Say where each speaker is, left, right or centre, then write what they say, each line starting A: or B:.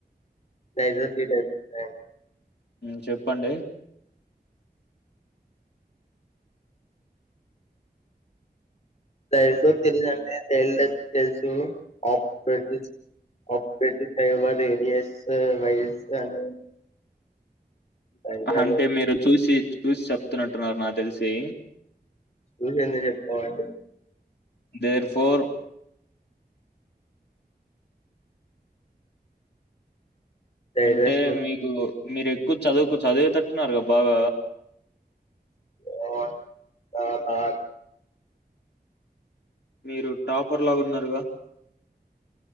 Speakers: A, on the left (about 45°); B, on the left (about 80°).
A: గైడ్ లో త్రీ టైప్స్ ఉంటాయి
B: మ్ చెప్పండి
A: తైల్తో తెలిదుంటే తైల్ తెలుసు ఆపరేటి ఆపరేటి టైవ రేడియస్ వైస్ అని సంఖ్యలు
B: అహ అంటే మీరు చూసి చూసి చెప్తున్నంటున్నారు నాకు తెలిసి
A: చూసి ఎందుకు చెప్తామండి
B: దేర్ ఫోర్
A: డైడ్
B: అంటే
A: లెస్
B: మీకు మీరు ఎక్కువ చదువుకో చదివే తట్టునారు క బాగా
A: <unintelligible>
B: మీరు టాపర్ లాగా ఉన్నారుగా